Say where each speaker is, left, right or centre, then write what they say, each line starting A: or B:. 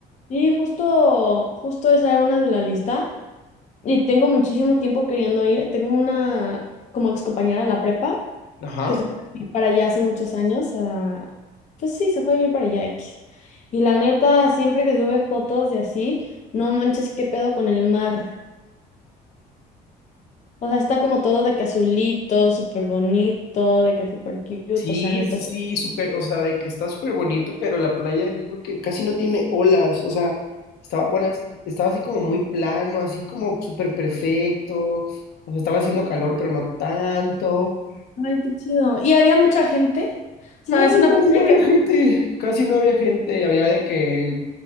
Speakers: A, on the left; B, on the left.
A: Sí, justo, justo esa era una de la lista. Y tengo muchísimo tiempo queriendo ir. Tengo una como excompañera de la prepa
B: Ajá.
A: que se fue a vivir para allá hace muchos años. a- Pues sí, se fue a vivir para allá X. Y la neta, siempre que sube fotos de así, no manches, qué pedo con el mar. O sea, está como todo de que azulito, súper bonito, de que súper cute,
B: Sí,
A: o sea, neta.
B: sí, sí, súper, o sea, de que está súper bonito, pero la playa yo creo que casi no tiene olas, o sea, estaba, bueno, es- estaba así como muy plano, así como súper perfecto, o sea, estaba haciendo calor, pero no tanto,
A: Ay, qué chido. ¿Y había mucha gente? O
B: no,
A: sea, es una
B: casi
A: playa
B: no había
A: que...
B: gente, casi no había gente, había de que